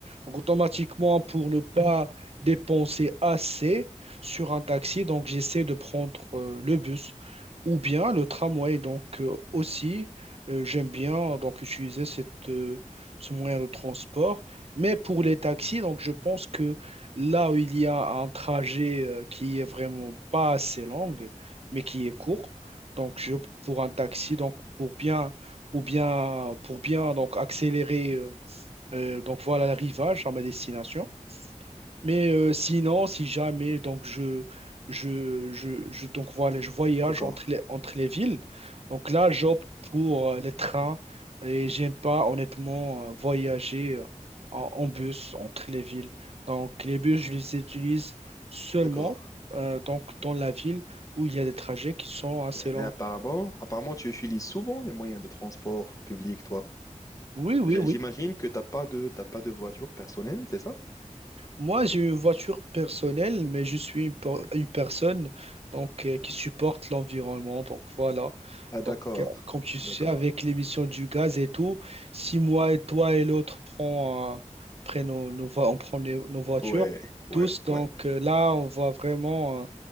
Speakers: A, on the right; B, on the left.
A: Donc automatiquement, pour ne pas dépenser assez sur un taxi, donc j'essaie de prendre euh, le bus ou bien le tramway. Donc euh, aussi, euh, j'aime bien donc utiliser cette, euh, ce moyen de transport. Mais pour les taxis, donc je pense que là où il y a un trajet euh, qui est vraiment pas assez long, mais qui est court, donc, j'opte pour un taxi, donc pour bien, ou bien, pour bien donc accélérer euh, euh, donc voilà l'arrivage à ma destination. Mais euh, sinon, si jamais donc je, je, je, je- donc voilà, je voyage
B: D'accord,
A: entre les, entre les villes, donc là, j'opte pour euh, les trains et j'aime pas honnêtement euh, voyager euh, en, en bus entre les villes. Donc, les bus, je les utilise seulement
B: d'accord.
A: euh, donc dans la ville où il y a des trajets qui sont assez longs.
B: Mais apparemment, apparemment, tu utilises souvent les moyens de transport public, toi.
A: Oui, oui,
B: J-
A: oui.
B: J'imagine que t'as pas de t'as pas de voiture personnelle, c'est ça?
A: Moi, j'ai une voiture personnelle, mais je suis une, por- une personne donc, euh, qui supporte l'environnement. Donc voilà.
B: Ah d'accord,
A: Donc, euh, comme tu sais,
B: d'accord.
A: avec l'émission du gaz et tout, si moi et toi et l'autre prend, euh, prennent nos, nos vo- on prend les- nos voitures,
B: Ouais, ouais,
A: tous, donc
B: ouais.
A: euh, là, on va vraiment euh,